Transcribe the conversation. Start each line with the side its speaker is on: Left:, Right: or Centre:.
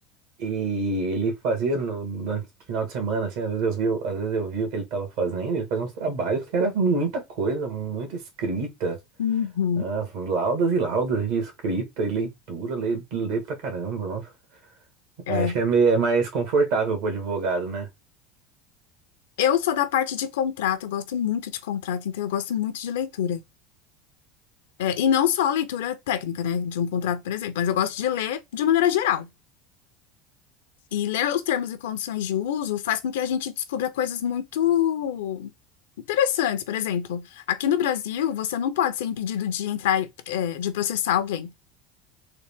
Right: E ele fazia no, no final de semana, assim, às vezes eu vi, às vezes eu vi o que ele estava fazendo, ele fazia uns trabalhos que era muita coisa, muita escrita,
Left: Uhum.
Right: ah, laudas e laudas de escrita e leitura, lê, lê pra caramba, nossa.
Left: É.
Right: É, acho que é, meio, é mais confortável pro advogado, né?
Left: Eu sou da parte de contrato, eu gosto muito de contrato, então eu gosto muito de leitura. É, e não só a leitura técnica, né, de um contrato, por exemplo, mas eu gosto de ler de maneira geral. E ler os termos e condições de uso faz com que a gente descubra coisas muito interessantes. Por exemplo, aqui no Brasil, você não pode ser impedido de entrar, é, de processar alguém.